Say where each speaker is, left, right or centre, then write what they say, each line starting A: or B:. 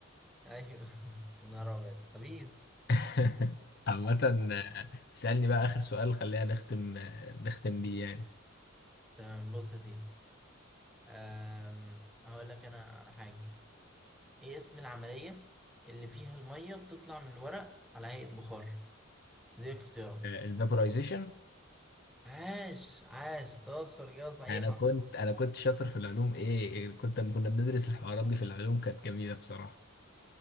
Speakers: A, in the centre; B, on the left.
A: ايوه <laughs> يا نهار ابيض خبيث
B: <laughs> عامة اسألني بقى آخر سؤال خلينا نختم نختم بيه يعني
A: تمام بص يا سيدي أم، هقول لك انا على حاجه ايه اسم العمليه اللي فيها الميه بتطلع من الورق على هيئه بخار دي الاختيارات
B: الفابورايزيشن
A: عاش عاش تاخر اجابه صحيحه
B: انا كنت انا كنت شاطر في العلوم ايه كنت لما كنا بندرس الحوارات دي في العلوم كانت جميله بصراحه